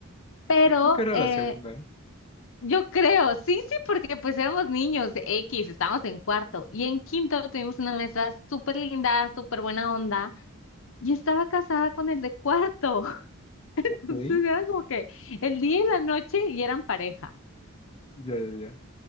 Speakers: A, on the left; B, on the left.
A: Pero
B: Yo creo que era
A: eh,
B: la segunda, ¿eh?
A: yo creo, sí, sí, porque pues éramos niños de X, estábamos en cuarto. Y en quinto tuvimos una maestra súper linda, súper buena onda. Y estaba casada con el de cuarto. Entonces
B: Ok.
A: eran como que el día y la noche y eran pareja.
B: Ya, ya, ya.